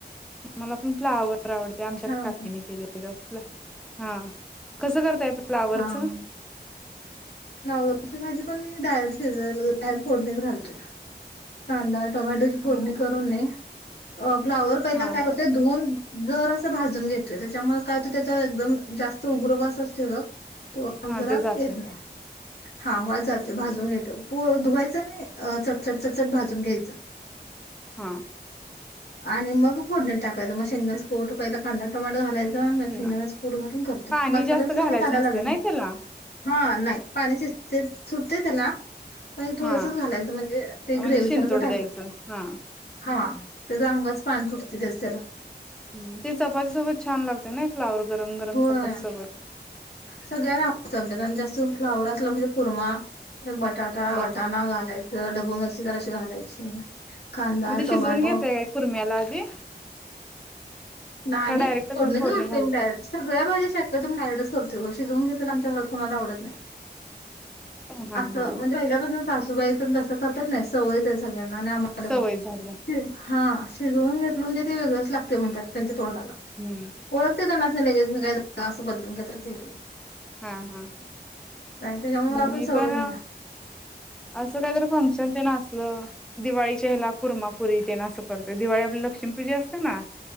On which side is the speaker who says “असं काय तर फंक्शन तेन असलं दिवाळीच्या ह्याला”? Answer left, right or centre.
Centre